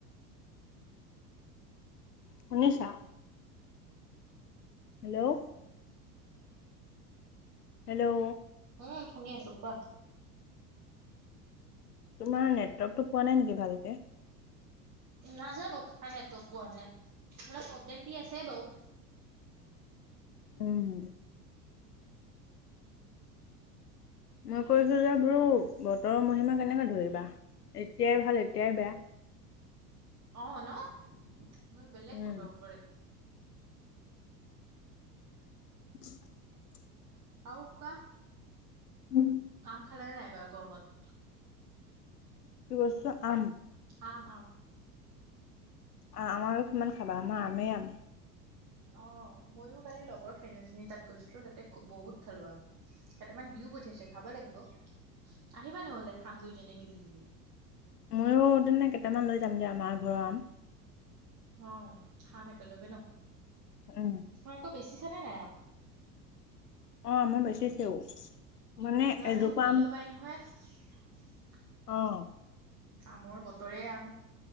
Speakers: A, on the left (about 75°); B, on the right (about 40°).
A: শুনিছা হেল্ল' হেল্ল'
B: উম শুনি আছো কোৱা
A: তোমাৰ নেটৱৰ্কটো পোৱা নাই নেকি ভালকে!
B: নাজানো সেইকাৰনে তুক পোৱা নাই। অলপ প্ৰ'ব্লেম দি আছে বাৰু।
A: উম মই কৈছো যে বোলো বতৰৰ মহিমা কেনেকে ধৰিবা এতিয়াই ভাল এতিয়াই বেয়া।
B: অ' ন? মই বেলেগ
A: উম।
B: পুতৌ কৰে।
A: <unintelligible>
B: আৰু কোৱা?
A: কি
B: কাম খালেনে নাই? বা গৰমত
A: কি বস্তু, আম?
B: আম আম
A: আ - আম আৰু কিমান খাবা, আমাৰ আমেই আম।
B: অ' ময়ো কালি লগৰ ফ্ৰেণ্ড এজনীৰ তাত গৈছিলো, তাতে খু - বহুত খালো আম। কেটামান দিও পঠিয়াইছে, খাব লাগিব। আহিবা নহ'লে খাম দুইজনে মিলি জুলি।
A: ময়ো তেনে কেইটামান লৈ যাম দিয়া <unintelligible> ঘৰৰ আম।
B: অ' খামে কেলগে ন?
A: উম
B: মই আকৌ <unintelligible> <unintelligible> নে নাই আম?
A: অ' মই বে উঠিছেও। মানে
B: বজাৰত
A: এজোপা
B: বহুত মূল্য
A: আম
B: পায় নহয়। <inaudible>
A: অঁ।
B: আমৰ বতৰে আম।